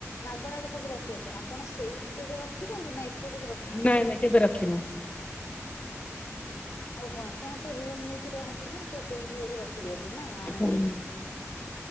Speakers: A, on the left; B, on the left.
A: ମାଗଣାରେ ସବୁ ରଖିବା ପାଇଁ ଆପଣ ସେଇ ସେଠି କେବେ ରଖିଛନ୍ତି, ନା ଏପଟକୁ ରଖନ୍ତି।
B: ନାଇଁ ନାଇଁ କେବେ ରଖିନୁ।
A: ହୁଁ। ଓହୋ ଆପଣ ତ ରୁମ୍ ନେଇକି ରହନ୍ତି ନା ତ ସେଇଠି ବୋଧେ ରଖ ଖି ଦିଅନ୍ତି ନା ଆଣନ୍ତିନି।
B: ହଁ।